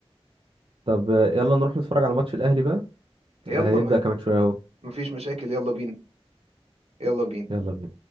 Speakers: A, on the right (about 55°); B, on the right (about 75°).
A: طب آه، يلا نروح نتفرج على ماتش الاهلي بقى
B: يلا
A: هيبدا
B: ما-
A: كمان شويه اهو
B: مفيش مشاكل يلا بينا يلا بينا
A: يلا بينا